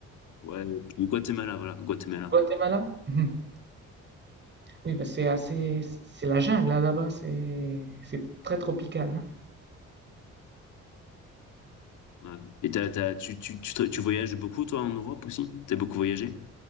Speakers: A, on the left; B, on the right.
A: ouais, du Guatemala, voilà, Guatemala.
B: Guatemala. <laughs> Oui, bah, c'est assez, c'est la jungle là, là-bas. C'est, c'est très tropical. hein.
A: Ouais. Et t'as, t'as, tu, tu, tu, te- tu voyages beaucoup toi en Europe aussi? T'as beaucoup voyagé?